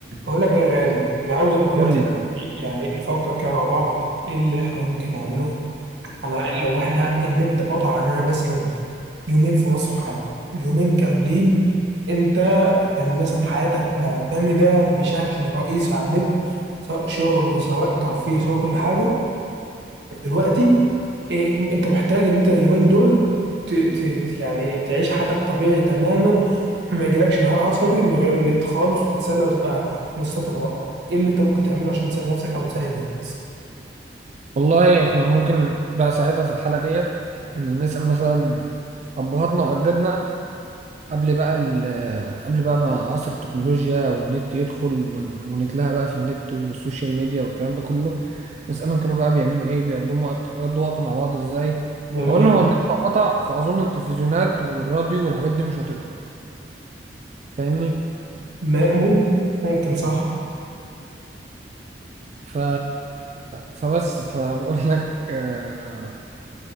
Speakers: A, on the right; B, on the right.
A: أقول لك يا غالي أنا عاوزك دلوقتي
B: قول لي اللي عندك.
A: يعني نفكر كده مع بعض إيه اللي إحنا ممكن نعمله أنا لو إحنا النت قطع عننا مثلا يومين في مصر بحالهم يومين كاملين أنت كان مثلا حياتك معتمدة بشكل رئيسي على النت سواء شغل سواء ترفيه سواء كل حاجة دلوقتي إيه انت محتاج ان انت اليومين دول ت... ت... يعني تعيش حياتك طبيعي تماما ما يجيلكش انهيار عصبي من غير النت خالص وتتسلى وتبقى مستمتع بوقتك ايه اللي انت ممكن تعمله عشان تسلي نفسك او تسلي الناس
B: والله احنا ممكن بقى ساعتها في الحالة ديت نسأل مثلا أبهاتنا وأجدادنا قبل بقى ال- آه، قبل بقى ما عصر التكنولوجيا والنت يدخل ون- ونتلهى بقى في النت والسوشيال ميديا والكلام ده كله نسألهم كانوا بقى بيعملوا إيه بيقضوا وقت بيقضوا وقت مع بعض إزاي
A: جميل
B: أولا هو النت لو قطع فأظن التلفزيونات والراديو والحاجات دي مش هتقطع فاهمني
A: ما ممكن ممكن صح
B: ف... فبس فبقول لك آه،